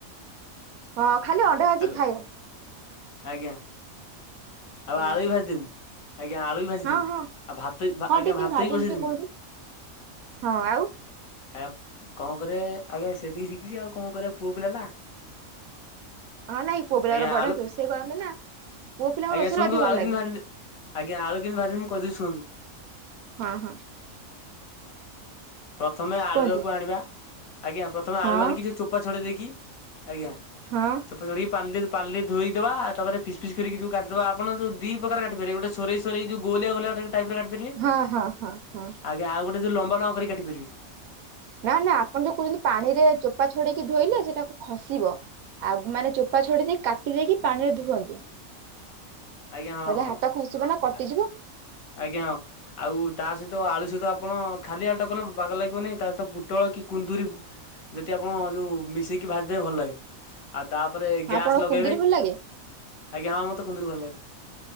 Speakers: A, on the right; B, on the left.
A: ହଁ ଖାଲି ଅଣ୍ଡା ଭାଜି
B: ହାଲୋ
A: ଖାଇବ।
B: ଆଜ୍ଞା ଆଉ
A: ଆଜ୍ଞା
B: ଆଳୁ ଭାଜି ଦେବି। ଆଜ୍ଞା ଆଳୁ ଭାଜି
A: ହଁ
B: ଦେବି।
A: ହଁ
B: ଆଉ ଭାତ
A: ହଁ
B: ଆଜ୍ଞା
A: ଟିକେ କେମିତି
B: ଭାତ
A: ଭାଜନ୍ତି
B: ବି ବସେଇଦେବି।
A: ଟିକେ କୁହନ୍ତୁ ହଁ ଆଉ
B: ଆଜ୍ଞା କଣ କରିଆ ଆଜ୍ଞା ସେତିକି ଶିଖିଛି ଆଉ କଣ କରିଆ ପୁଅ ପିଲାନା।
A: ହଁ ନାଇଁ ପୁଅ ପିଲା
B: ଆଜ୍ଞା
A: ଗୁରା ବଢିଆ
B: ଆଳୁ
A: ରୋଷେଇ କରନ୍ତି ନା ପୁଅ ପିଲାଙ୍କ
B: ଆଜ୍ଞା
A: ରୋଷେଇ
B: ଶୁଣନ୍ତୁ
A: ଅଧିକ
B: ଆଳୁ
A: ଭଲ
B: କେମିତି
A: ଲାଗେ।
B: ଭାଜନ୍ତି ଆଜ୍ଞା ଆଳୁ କେମିତି ଭାଜନ୍ତି ମୁଁ କହିଦଉଛି ଶୁଣନ୍ତୁ?
A: ହଁ ହଁ।
B: ପ୍ରଥମେ ଆଳୁ
A: କୁହନ୍ତୁ
B: ଟାକୁ ଆଣିବା ଆଜ୍ଞା ପ୍ରଥମେ
A: ହଁ
B: ଆଳୁ ଆଣିକି ସେ ଚୋପା ଛଡ଼େଇ ଦେଇକି ଆଜ୍ଞା।
A: ହଁ।
B: ଚୋପା ଛଡେଇକି ପାଣିରେ ଧୋଇଦବା ତାପରେ ଫିସ୍ ପିସ୍ କରିକି ଯଉ କାଟିଦବା। ଆପଣ ଦିପ୍ରକାର କାଟିପାରିବେ ଗୋଟେ ସରେଇ ସରେଇ ଯଉ ଗୋଲିଆ ଗୋଲିଆ ଟାଇପ ର କାଟି ପାରିବେ
A: ହଁ ହଁ ହଁ ହଁ
B: ଆଜ୍ଞା ଆଉଗୋଟେ ଯୋଉ ଲମ୍ବା ଲମ୍ବା କରିକି କାଟି ପାରିବେ।
A: ନା ନା ଆପଣ ଯୋଉ କହୁଛନ୍ତି ପାଣିରେ ଚୋପା ଛଡେଇକି ଧୋଇଲେ ସେଟାକୁ ଖସିବ। ଆଉ ମାନେ ଚୋପା ଛଡେଇ ଦେଇ କାଟି ଦେଇକି ପାଣିରେ ଧୁଅନ୍ତୁ।
B: ଆଜ୍ଞା ହଁ
A: ହେରେ
B: ହଁ
A: ହାତ ଖସିବନା କଟିଯିବ।
B: ଆ ଆଜ୍ଞା ହଁ। ଆଉ ତା ସହିତ ଆଳୁ ସହିତ ଆପଣ ଖାଲି ଆଳୁଟା କଲେ ବାଗ ଲାଗିବନି ତାସହିତ ପୁଟଳ କି କୁନ୍ଦୁରି। ଯଦି ଆପଣ ଯୋଉ ମିଶେଇକି ଭାଜିଦେବେ ଭଲ ଲାଗେ ଆଉ ତାପରେ ଗ୍ୟାସ
A: ଆପଣଙ୍କୁ
B: ଲଗେଇବେ।
A: କୁନ୍ଦୁରି ଭଲ ଲାଗେ?
B: ଆଜ୍ଞା ହଁ ମୋତେ କୁନ୍ଦୁରି ଭଲ ଲାଗେ।